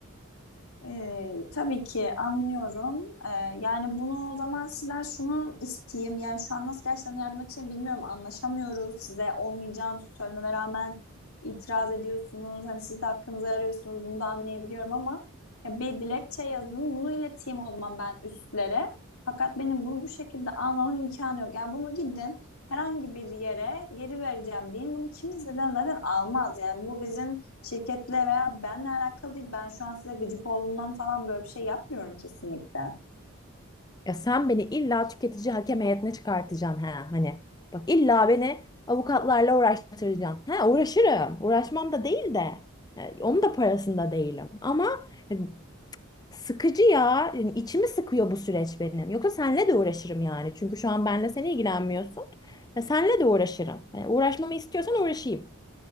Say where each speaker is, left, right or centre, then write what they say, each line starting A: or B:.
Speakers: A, on the left (about 85°); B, on the left (about 15°).
A: Ee, tabii ki anlıyorum. Ee, yani bunu o zaman sizden şunu isteyeyim. Yani şu an nasıl gerçekten yardım edeceğim bilmiyorum. Anlaşamıyoruz. Size olmayacağını söylememe rağmen itiraz ediyorsunuz. Hani siz de hakkınızı arıyorsunuz. Bunu da anlayabiliyorum ama ya bir dilekçe yazın. Bunu ileteyim o zaman ben üstlere. Fakat benim bunu bu şekilde almamın imkanı yok. Yani bunu gidin herhangi bir yere geri vereceğim deyin. Bunu kimseden zaten almaz. Yani bu bizim şirketle veya benle alakalı değil. Ben şu an size gıcık olduğumdan falan böyle bir şey yapmıyorum kesinlikle.
B: Ya sen beni illa tüketici hakem heyetine çıkartacaksın ha hani. Bak illa beni avukatlarla uğraştıracaksın. Ha uğraşırım. Uğraşmam da değil de. e, Onun da parasında değilim. Ama hani sıkıcı ya. Yani içimi sıkıyor bu süreç benim. Yoksa senle de uğraşırım yani. Çünkü şu an benle sen ilgilenmiyorsun. Ya senle de uğraşırım. Yani uğraşmamı istiyorsan uğraşayım.